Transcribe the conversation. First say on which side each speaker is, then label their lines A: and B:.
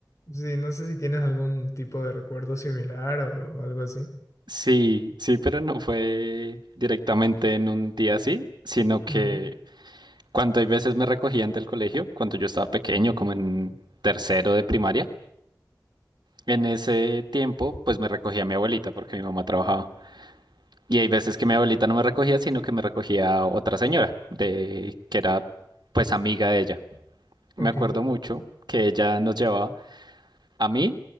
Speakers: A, on the left (about 40°); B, on the right (about 65°).
A: Sí, no sé si tienes algún tipo de recuerdo similar o algo así.
B: Sí, sí, pero no fue directamente en un día así, sino que
A: Ujú,
B: cuando hay veces me recogían del colegio, cuando yo estaba pequeño, como en tercero de primaria, en ese tiempo pues me recogía mi abuelita porque mi mamá trabajaba. Y hay veces que mi abuelita no me recogía, sino que me recogía otra señora, de que era pues amiga de ella.
A: Ok,
B: Me acuerdo mucho que ella nos llevaba. a mí